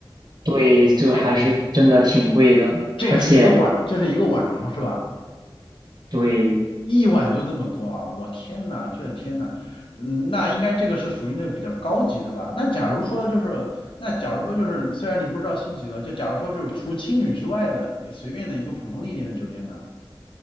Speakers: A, on the right (about 55°); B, on the left (about 80°).
A: 对，就还是真的挺贵的，
B: 哎，这是一个晚，
A: 而且
B: 这是一个晚上是吧？
A: 对，
B: 一晚就这么多啊！我天呐，这天呐，嗯，那应该这个是属于那个比较高级的吧？那假如说就是，那假如说就是，虽然你不知道星级的，就假如说就是除青旅之外的随便的一个普通的一点的酒店呢，